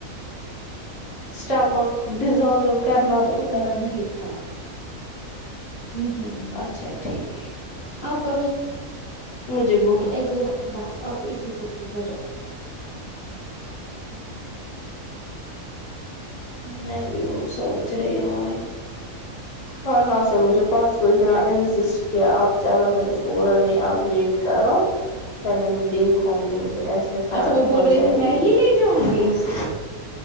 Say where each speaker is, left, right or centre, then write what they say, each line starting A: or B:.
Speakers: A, on the left; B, on the left.
A: سٹمیک ڈزالو کرنا
B: بہن کو اتنا
A: چاہیں
B: نہیں تھا نہیں نہیں
A: اچھا ٹھیک
B: اب <inaudible>
A: مجھے بہت
B: اگزر بس آپ کو اسی سے ٹھیک ہو جائے
A: نہیں بھی وہ کچ رہے پر رس مجھے پرسو تو اتنا انسسٹ کیا آپ چلو میں نے اس کو بولا نہیں آپ ویٹ کرو پہلے میں دیکھوں گی م ایسے فرق
B: اچھا وہ بول
A: ہو
B: رہی
A: جائے
B: تھی میں ہی
A: گی
B: لے جاؤں گی
A: ج سے